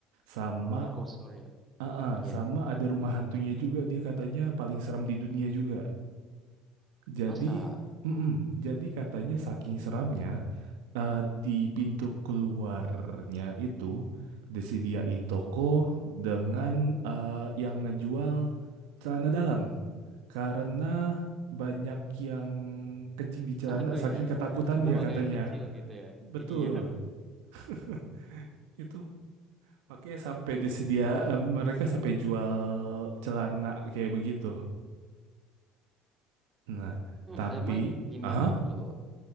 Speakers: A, on the right; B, on the right.
A: Sama
B: Roller coasternya.
A: Heeh,
B: iya.
A: sama ada rumah hantunya juga dia katanya paling seram di dunia juga. Jadi,
B: Masa
A: mm-mm, jadi katanya saking seramnya eh, di pintu keluarnya itu disediain toko dengan eh, yang ngejual celana dalam karena banyak yang kencing di celana
B: <laughs> anu
A: saking
B: ya,
A: ketakutannya
B: buang
A: katanya.
B: air kecil gitu ya.
A: Betul,
B: Iya.
A: <laughs> itu makanya sampai disedia eh, mereka sampai jual celana kayak begitu. Nah,
B: Hmm,
A: tapi
B: Emang gimana
A: ah,
B: tuh?